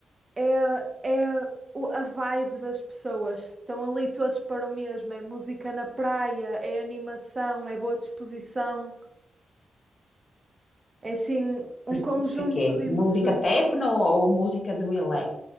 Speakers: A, on the right; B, on the left.
A: é, é o- a vibe das pessoas. Estão ali todos para o mesmo. É música na praia, é animação, é boa disposição. É assim um
B: Mas
A: conjunto
B: música que é?
A: de emoções.
B: Música techno ou música de relax?